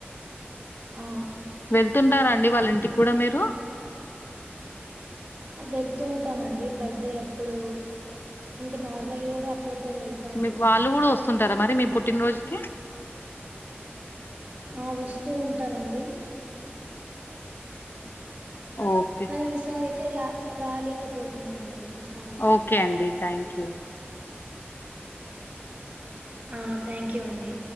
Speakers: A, on the right; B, on the left.
A: ఆ
B: వెళ్తుంటారాండి వాళ్ళ ఇంటికి కూడా మీరు
A: వెళ్తూ ఉంటాము అండి బర్త్డే అప్పుడు ఇంకా నార్మల్ కూడా అప్పుడప్పుడు వెళ్తూ ఉంటామండి
B: మీ వాళ్ళు కూడా వస్తుంటారా మరి మీ పుట్టినరోజుకి.
A: ఆ వస్తూ ఉంటారండి.
B: ఓకే.
A: కానీ ఈసారి అయితే లా రాలేకపోతున్నారండి. ఈసారి అయితే
B: ఓకే అండి థ్యాంక్ యూ
A: ఆ థ్యాంక్ యూ అండి.